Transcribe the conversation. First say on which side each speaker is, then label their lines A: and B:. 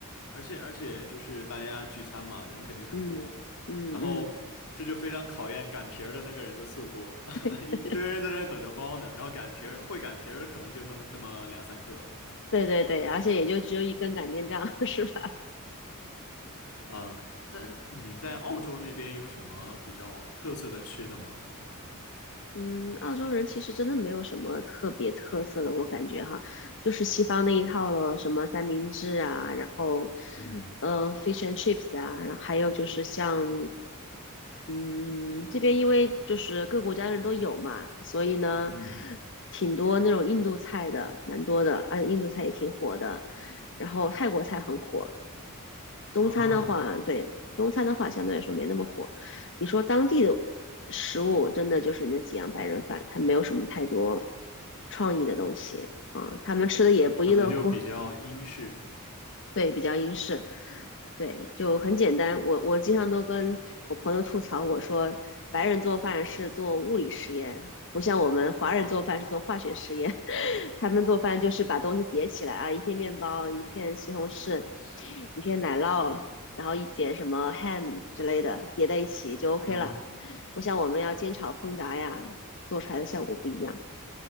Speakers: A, on the left (about 80°); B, on the left (about 55°).
A: 而且而且就是大家聚餐嘛，人肯定很多，
B: 嗯嗯嗯，
A: 然后这就非常考验擀皮儿的那个人的速度，<laughs>
B: 对对
A: 一一堆人在那儿等着包呢，然后擀皮儿会擀皮儿的可能就那么那么两三个，
B: 对对对，而且也就只有一根擀面杖，是吧？
A: 嗯，那你在澳洲那边有什么比较特色的吃的吗？
B: 嗯，澳洲人其实真的没有什么特别特色的，我感觉哈，就是西方那一套了，什么三明治啊，然后
A: 嗯
B: 呃，fish and chips 啊，然后还有就是像，嗯，这边因为就是各国家的人都有嘛，所以呢，
A: 嗯
B: 挺多那种印度菜的，蛮多的，而且印度菜也挺火的，然后泰国菜很火，中餐的话，
A: 啊。
B: 对，中餐的话相对来说没那么火。你说当地的食物，真的就是那几样白人饭，它没有什么太多创意的东西啊，他们吃的也不亦乐乎，
A: 可能就比较英式，
B: 对，比较英式。对，就很简单。我我经常都跟我朋友吐槽，我说白人做饭是做物理实验，不像我们华人做饭是做化学实验。<laughs> 他们做饭就是把东西叠起来啊，一片面包，一片西红柿，一片奶酪，然后一点什么 ham 之类的叠在一起就 OK
A: 嗯，
B: 了。不像我们要煎炒烹炸呀，做出来的效果不一样，